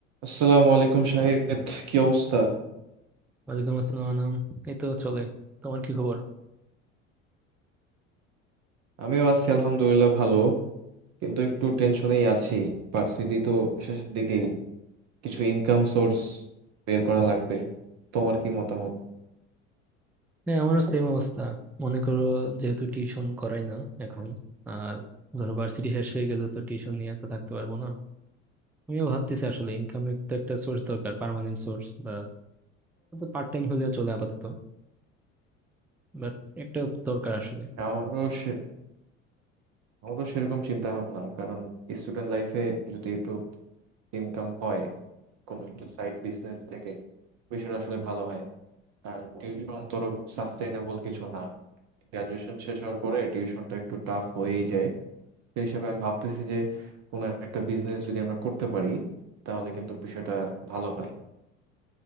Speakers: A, on the right (about 45°); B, in the centre.
A: আসসালামু আলাইকুম শাহেদ কি অবস্থা
B: ওয়ালাইকুম আসসালাম আনাম, এই তো চলে তোমার কি খবর
A: আমিও আছি আলহামদুলিল্লাহ ভালো কিন্তু একটু টেনশনেই আছি ভার্সিটি তো শেষের দিকেই কিছু ইনকাম সোর্স বের করা লাগবে তোমার কি মতামত
B: হ্যাঁ আমারও সেম অবস্থা মনে করো যেহেতু টিউশন করাই না এখন আর ধরো ভার্সিটি শেষ হয়ে গেলে তো টিউশন নিয়ে তো থাকতে পারবো না আমিও ভাবতেছি আসলে ইনকামের তো একটা সোর্স দরকার পার্মানেন্ট সোর্স বা পার্ট টাইম হলেও চলে আপাতত বাট একটা দরকার আসলে
A: আমারও সে- আমারও সেরকম চিন্তা ভাবনা কারণ স্টুডেন্ট লাইফে যদি একটু ইনকাম হয় কোনো একটা সাইড বিজনেস থেকে বিষয়টা আসলে ভালো হয় আর টিউশন ধরো সাস্টেইনেবল কিছু না গ্রাজুয়েশন শেষ হওয়ার পরে টিউশনটা একটু টাফ হয়েই যায় সেই হিসাবে আমি ভাবতেছি যে কোনো একটা বিজনেস যদি আমরা করতে পারি তাহলে কিন্তু বিষয়টা ভালো হয়